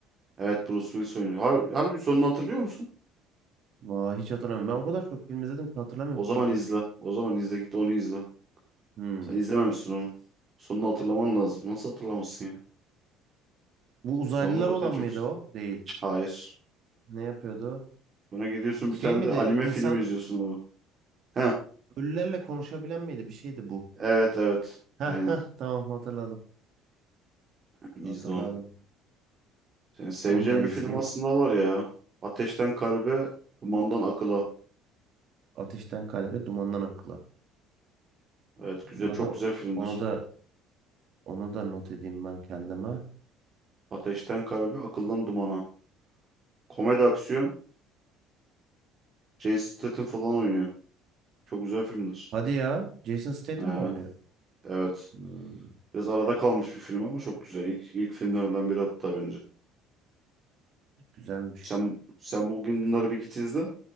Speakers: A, on the right; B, on the right.
A: Evet Bruce Willis oynuyor. Har harbi sonunu hatırlıyor musun?
B: Vay hiç hatırlamıyorum. Ben o kadar çok film izledim ki hatırlamıyorum
A: O
B: ki
A: zaman
B: onu.
A: izle. O zaman izle git onu izle.
B: Hmm.
A: Sen izlememişsin onu. Sonunu hatırlaman lazım. Nasıl hatırlamazsın ya?
B: Bu uzaylılar
A: Sonu zaten
B: olan
A: çok...
B: mıydı o? Değil.
A: Hayır.
B: Ne yapıyordu? o?
A: Buna gidiyorsun
B: Şey
A: bir tane
B: miydi?
A: de anime
B: İnsan
A: film izliyorsun abi. Heh,
B: ölülerle konuşabilen miydi? Bir şeydi bu.
A: evet evet.
B: Heh,
A: Aynen.
B: heh, tamam hatırladım.
A: İzle
B: Hatırladım.
A: onu. Senin seveceğin
B: Onu da izleyeyim.
A: bir film aslında var ya. Ateşten Kalbe, Dumandan Akıla.
B: Ateşten kalbe, dumandan akla.
A: Evet güzel
B: Onu
A: çok
B: da
A: güzel filmdir.
B: onu da onu da not edeyim ben kendime.
A: Ateşten Kalbe, Akıldan Dumana. Komedi aksiyon. Jason Statham falan oynuyor. Çok güzel filmdir.
B: Hadi ya. Jason Statham
A: He,
B: mı oynuyor?
A: evet.
B: Hmm,
A: Biraz arada kalmış bir film ama çok güzel. İlk, ilk filmlerinden biri hatta bence.
B: güzelmiş.
A: Sen sen bugün bunları bir git izle.